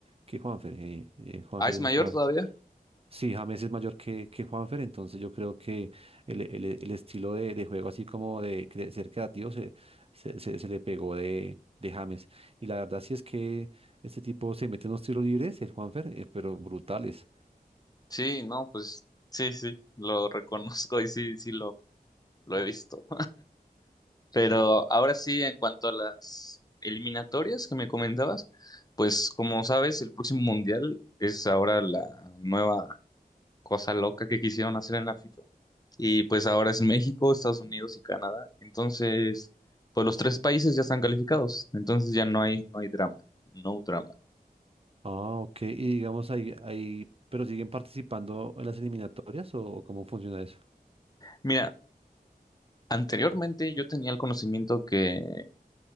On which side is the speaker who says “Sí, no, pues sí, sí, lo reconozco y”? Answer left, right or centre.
Left